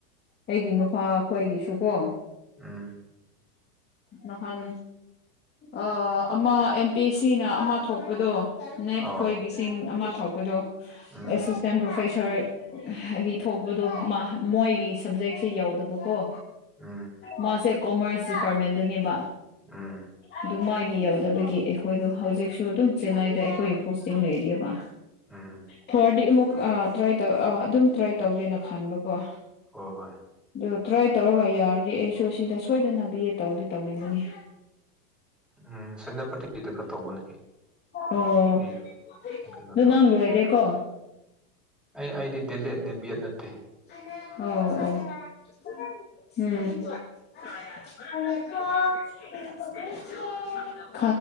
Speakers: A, on the left; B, in the centre.
A: ꯑꯩꯒꯤ ꯅꯨꯄꯥ ꯈꯣꯏꯒꯤꯁꯨ ꯀꯣ
B: ꯎꯝ
A: ꯅꯥꯍꯟ ꯑꯥ ꯑꯃ ꯑꯦꯝ ꯄꯤ ꯑꯦ ꯁꯤꯅ ꯑꯃ ꯊꯣꯛꯄꯗꯣ ꯅꯦꯠ
B: ꯑꯣ
A: ꯈꯣꯏꯒꯤ ꯇꯤꯡ ꯑꯃ ꯊꯣꯛꯄꯗꯣ
B: ꯎꯝ
A: ꯑꯦꯁꯤꯁꯇꯦꯟ ꯄ꯭ꯔꯣꯐꯦꯁꯔ ꯒꯤ ꯊꯣꯛꯄꯗꯣ ꯃ ꯃꯣꯏꯒꯤ ꯁꯕꯖꯦꯛꯁꯦ ꯌꯥꯎꯗꯕꯀꯣ
B: ꯎꯝ
A: ꯃꯥꯁꯦ ꯀꯣꯃꯔꯁ ꯗꯤꯄꯥꯔꯠꯃꯦꯟꯗꯅꯦꯕ
B: ꯎꯝ
A: ꯑꯗꯨ ꯃꯥꯒꯤ ꯌꯥꯎꯗꯕꯒꯤ ꯑꯩꯈꯣꯏꯗꯣ ꯍꯧꯖꯤꯛꯁꯨ ꯑꯗꯨꯝ ꯆꯦꯟꯅꯥꯏꯗ ꯑꯩꯈꯣꯏꯒꯤ ꯄꯣꯁꯇꯤꯡ ꯂꯩꯔꯤꯌꯦꯕ
B: ꯎꯝ
A: ꯐꯔꯗꯤ ꯑꯃꯨꯛ ꯑꯥ ꯇ꯭ꯔꯥꯏ ꯇꯧ ꯑꯥ ꯑꯗꯨꯝ ꯇ꯭ꯔꯥꯏ ꯇꯧꯒꯦꯅ ꯈꯟꯕꯀꯣ
B: ꯍꯣꯏ ꯍꯣꯏ
A: ꯑꯗꯨ ꯇ꯭ꯔꯥꯏ ꯇꯧꯔꯒ ꯌꯥꯔꯗꯤ ꯑꯩꯁꯨ ꯁꯤꯗ ꯁꯣꯏꯗꯅ ꯕꯤ ꯌꯦꯠ ꯇꯧꯗꯤ ꯇꯧꯅꯤꯡꯕꯅꯤ
B: ꯎꯝ ꯁꯦꯅꯄꯇꯤꯗꯒ ꯇꯧꯕꯅꯤ
A: ꯑꯣ
B: ꯑꯩ ꯀꯩꯅꯣꯗꯣ
A: ꯑꯗꯨ ꯅꯪ ꯂꯣꯏꯔꯦ ꯀꯣ
B: ꯑꯩ ꯑꯩꯗꯤ ꯗꯤꯂꯦꯠꯅꯦ ꯕꯦꯠ ꯅꯠꯇꯦ
A: ꯑꯣ ꯑꯣ ꯎꯝ <unintelligible>